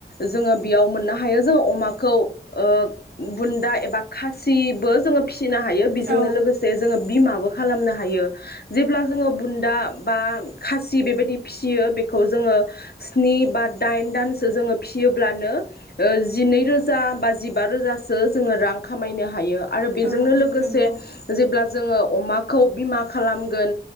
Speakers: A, on the left; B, on the right.
A: जोंङो बेयाव मोननो हायो। जों अमाखौ ओ बुन्दा एबा खासिबो जोंङो फि सिनो हायो बेजोंनो
B: औ
A: लोगोसे जोंङो बिमा बो खालामनो हायो जेब्ला जोङो बुन्दा बा खासि बेबादि फिसियो बेखौ जोंङो स्नि बा दाइन दानसो जोंङो फिसियोब्लानो ओ जिनै रोजा बा जिबा रोजासो जोंङो रां खामायनो हायो। आरो बेजोंनो
B: औ
A: लोगोसे
B: नंगौ
A: जेब्ला जोङो अमाखौ बिमा खालामगोन